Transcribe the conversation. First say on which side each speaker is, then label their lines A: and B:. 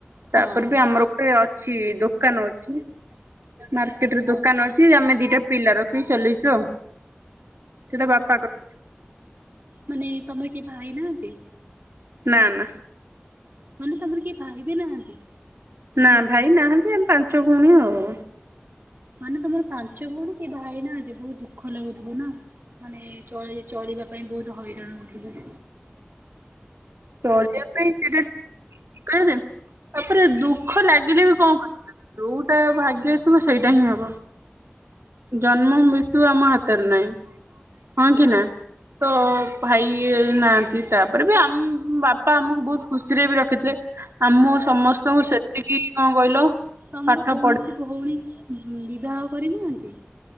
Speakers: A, on the right; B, on the right.
A: ହଁ
B: ତାପରେ ବି ଆମର ଗୋଟେ ଅଛି ଦୋକାନ ଅଛି। ମାର୍କେଟରେ ଦୋକାନ ଅଛି ଆମେ ଦିଟା ପିଲା ରଖିକି ଚଲିଛୁ ଆଉ। ସେଇଟା ବାପା କ
A: ତୁନି ତମର କି ଭାଇ ନାହାନ୍ତି।
B: ନା ନା।
A: ମାନେ ତମର କେହି ଭାଇ ବି ନାହାନ୍ତି।
B: ନା ଭାଇ ନାହାନ୍ତି ଆମେ ପାଞ୍ଚ ଭଉଣୀ ଆଉ।
A: ମାନେ ତମର ପାଞ୍ଚ ଭଉଣୀ କି ଭାଇ ନାହାନ୍ତି ବହୁତ ଦୁଃଖ ଲାଗୁଥିବ ନା ମାନେ ଚଳେଇ ଚଳେଇବା ପାଇଁ ବହୁତ ହଇରାଣ ହେଉଥିଲେ।
B: ଚଳିବା ପାଇଁ ସେଟା କିଲେ ତାପରେ ଦୁଃଖ ଲାଗିଲେ ବି କଣ କରିବା। ଯୋଉଟା ଭାଗ୍ୟଥିବ ସେଇଟା ହିଁ ହବ। ଜନ୍ମ ମୃତ୍ୟୁ ଆମ ହାତରେ ନାହିଁ ହଁ କି ନା। ତ ଭାଇ ନାହାନ୍ତି ତାପରେ ବି ଆମ ବାପା ଆମକୁ ବହୁତ ଖୁସିରେ ବି ରଖିଥିଲେ। ଆମ ସମସ୍ତଙ୍କୁ ସେତିକି କଣ କହିଲ
A: ତମର
B: ପାଠ
A: କୌଣସି
B: ପଢ
A: ଭଉଣୀ ବିବାହ କରିନାହାନ୍ତି।